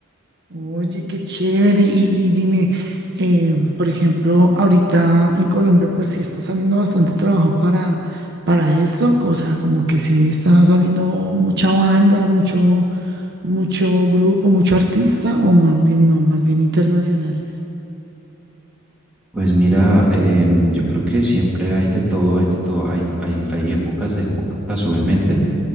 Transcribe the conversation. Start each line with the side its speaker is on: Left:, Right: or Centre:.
Right: Oye, qué chévere. Y, y dime, eh, por ejemplo, ahorita en Colombia, pues sí está saliendo bastante trabajo para, para esto. O sea, como que sí está saliendo mucha banda, mucho, mucho grupo, mucho artista, o más bien no, más bien internacionales.
Centre: Pues mira, em, yo creo que siempre hay de todo, hay de todo, hay, hay, hay épocas de épocas, obviamente,